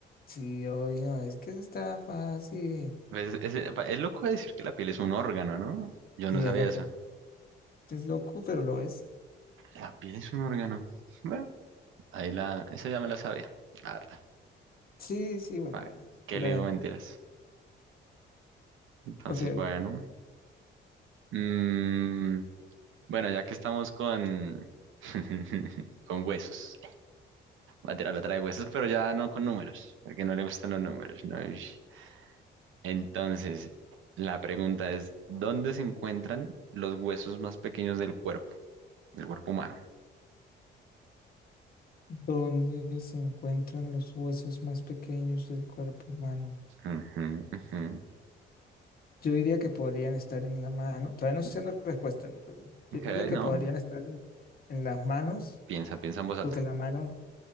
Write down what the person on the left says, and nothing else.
Sí, oye, no, es que eso está fácil.
Sí,
es loco.
Es loco, pero lo es.
Sí, sí, bueno,
bueno.
Tú la
ven.
Ok, ok.
donde se encuentran los huesos más pequeños del cuerpo humano.
Yo diría que podrían estar en la mano. Todavía no estoy dando respuesta, no, perdón. Yo
diría que
podrían estar en, en las manos,
porque la mano,